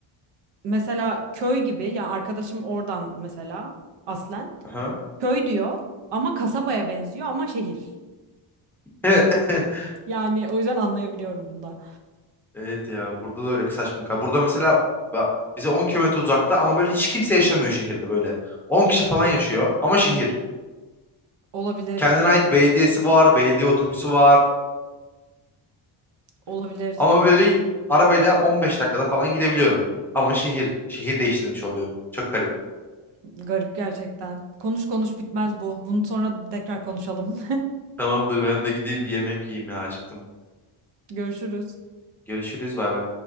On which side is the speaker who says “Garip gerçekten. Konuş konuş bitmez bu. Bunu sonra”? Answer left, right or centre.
Right